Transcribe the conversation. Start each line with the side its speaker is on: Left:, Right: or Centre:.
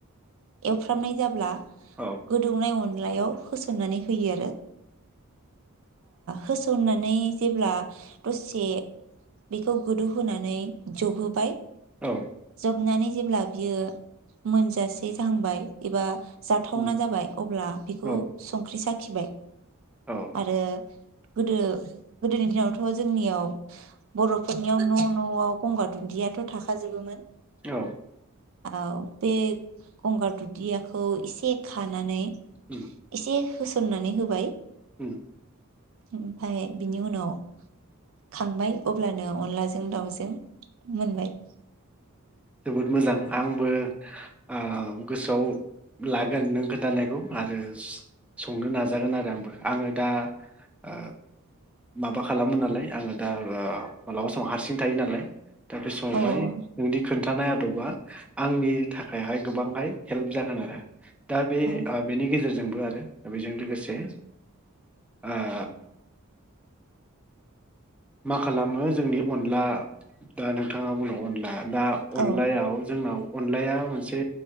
Right: एवफ्रामनाय जाब्ला
Centre: औ
Right: गोदौनाय अन अनलायाव होसनानै होयो आरो होसननानै जेब्ला दसे बेखौ गोदौ होनोनानै जबहोबाय
Centre: औ।
Right: होबनानै जेब्ला बियो मोनजासे जांबाय एबा जाथावना
Centre: उम
Right: जाबाय अब्ला बेखौ
Centre: औ
Right: संख्रि साख्रि खिबाय।
Centre: औ
Right: आरो। गोदो गोदोनि दिनावथ' जोंनियाव। बर'फोरनियाव न' न'आव गंगार दुन्दियाथ' थाखाजोबोमोन
Centre: औ।
Right: औ बे गंगार दुदियाखौ एसे खानानै
Centre: उम
Right: एसे। होसननानै होबाय
Centre: उम
Right: ओमफ्राय बिनि उनाव खांबाय अब्लानो अनलाजों दाउजों मोनबाय।
Centre: जोबोद मोजां आंबो आ गोसोआव लागोन नों खोनथानायखौ आरो संनो नाजागोन आरो आंबो आङो दा ओ माबा खालामो नालाय आङो दा मालाबा समाव हारसिं थायो नालाय दा बेसावआवहाय
Right: अ
Centre: नोंनि खोन्थानाय आदबा आंनि थाखायहाय गोबांहाय हेल्प जागोन आरो। दा बे
Right: औ
Centre: बेनि गेजेरजों जोंबो आरो बेजों लोगोसे ओ मा खालामो जोंनि अनला दा नोंथाङा बुंदों अनला दा
Right: औ
Centre: अनलायाव जोंनाव अनलाया मोनसे